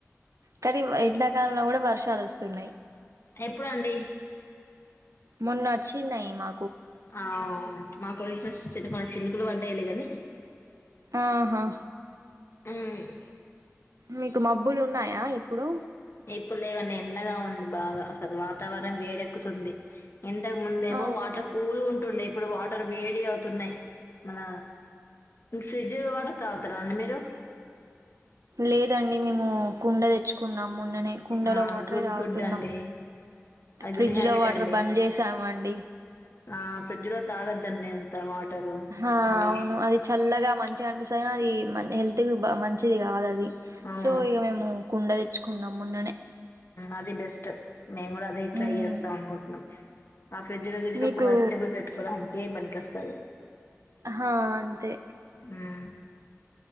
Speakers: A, on the right; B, on the left.
A: కానీ ఎండాకాలంలో కూడా వర్షాలు వస్తున్నాయి.
B: ఎప్పుడు అండి
A: మొన్న వచ్చింనై మా
B: ఆ మాకు కొంచం చిన్న పాటి చినుకులు ప డైలే కాని
A: ఆహా
B: ఉమ్
A: మీకు మబ్బులు ఉన్నాయా ఇప్పుడు
B: ఇప్పుడు లేవు అండి ఎండగా ఉంది బాగా అసలు వాతావరణం వేడెక్కుతుంది ఇంతకు ముందేమో
A: అవునా
B: వాటర్ కూల్ ఉంటుండే ఇప్పుడు వాటర్ వేడి అవుతున్నాయి ఉమ్ మీకు ఫ్రిడ్జ్ లో వాటర్ తాగుతారా అండి మీరు
A: లేదండి మేము కుండ తెచ్చుకు కున్నాం మొన్ననే కుండలో
B: ఆ
A: వాటరే
B: గుడ్
A: తాగుతున్నాం
B: గుడ్ అండి అది
A: ఫ్రిడ్జ్
B: గుడ్ హ్యాబిట్
A: లో వాటర్
B: అండి
A: బంద్ చేసాము అండి
B: ఆ ఫ్రిడ్జ్ లో తాగద్దండి అంత వాటరు
A: ఆ
B: అవి
A: అవును అది చల్లగా మంచిగా అనిపిస్తాయి అది హెల్త్ కి బాగ మంచిది కాదు అది
B: అవును
A: సో ఇక మేము కుండ తెచ్చు తేచ్చుకున్నాం మొన్ననే
B: అది బెస్ట్ మేము కూడా అదే ట్రై
A: మ్మ్.
B: చేస్తాం అనుకుంటున్నాం ఆ ఫ్రిడ్జ్లో గిజ్జులో
A: మీకు
B: వెజిటేబుల్స్ పెట్టుకోడానికె పనికి వస్తది
A: హా అంతే
B: హ్మ్